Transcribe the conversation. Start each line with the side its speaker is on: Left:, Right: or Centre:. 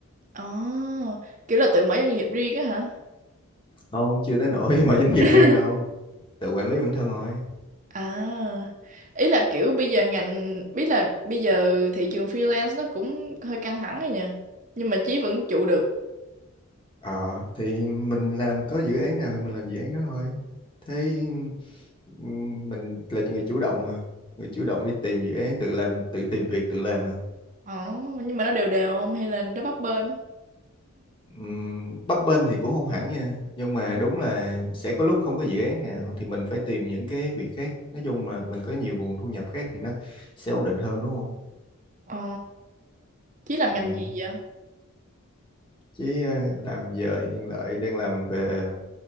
Right: Ồ, kiểu là tự mở ra doanh nghiệp riêng á hả?
Left: không chưa tới nỗi <laughs> mở doanh nghiệp
Right: <laughs>
Left: riêng đâu tự quản lý bản thân thôi
Right: À, ý là kiểu bây giờ ngành, biết là bây giờ thị trường freelance nó cũng hơi căng thẳng rồi nha. Nhưng mà Chí vẫn trụ được.
Left: ờ thì mình làm có dự án nào thì mình làm dự án đó thôi thế ừm, mình là người chủ động mà người chủ động đi tìm dự án tự làm tự tìm việc tự làm mà
Right: Ồ, nhưng mà nó đều đều không hay là nó bấp bênh?
Left: Ừm, bấp bênh thì cũng không hẳn nha nhưng mà đúng là sẽ có lúc không có dự án nào thì mình phải tìm những cái việc khác nói chung mà mình có nhiều nguồn thu nhập khác thì nó sẽ ổn định hơn đúng không
Right: Ồ, Chí làm ngành
Left: Ừm,
Right: gì vậy?
Left: chứ ờ, làm giờ hiện lại đang làm về